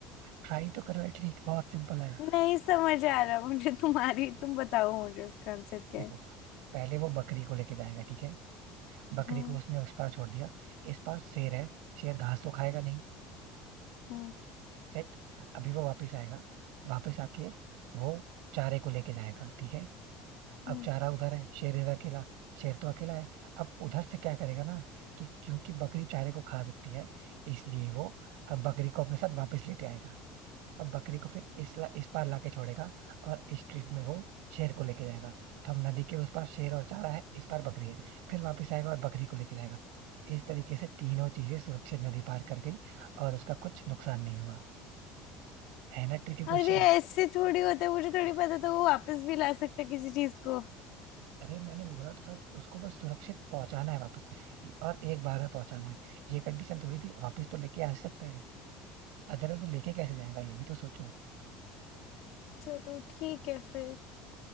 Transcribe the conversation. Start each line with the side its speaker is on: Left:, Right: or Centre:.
Right: ट्राई तो करो एटलीस्ट बहुत सिंपल है
Left: नहीं समझ आ रहा मुझे तुम्हारी तुम बताओ मुझे इसका आंसर क्या
Right: देखो
Left: है
Right: पहले वो बकरी को लेके जाएगा ठीक है बकरी
Left: हम्म
Right: को उसने उस पार छोड़ दिया इस पार शेर है शेर घास को खाएगा नहीं
Left: हम्म
Right: सेट अभी वो वापस आएगा वापस आके वो चारे को लेके जाएगा ठीक है अब
Left: हम्म
Right: जा रहा उधर है शेर इधर अकेला शेर तो अकेला है अब उधर से क्या करेगा ना कि क्योंकि बकरी चारे को खा सकती है इसलिए वो अब बकरी को अपने साथ वापस लेते आएगा अब बकरी को फिर इस ला, इस पार लाके छोड़ेगा और इस ट्रिप में वो शेर को लेके जाएगा तो हम नदी के उस पार शेर और चारा है इस पार बकरी है फिर वापस आएगा और बकरी को लेके जाएगा इस तरीके से तीनों चीजें सुरक्षित नदी पार कर गई और उसका कुछ नुकसान नहीं हुआ है ना ट्रिकी
Left: अरे
Right: क्वेश्चन
Left: ऐसे थोड़ी होता है मुझे थोड़ी पता था वो वापस भी ला सकता है किसी चीज को
Right: अरे मैंने बोला तो था कि उसको बस सुरक्षित पहुंचाना है वापस ये- और एक बार में पहुंचाना है ये कंडीशन थोड़ी थी वापस तो लेके आ सकता है अदरवाइज वो लेके कैसे जाएगा ये भी तो सोचो
Left: चलो ठीक है फिर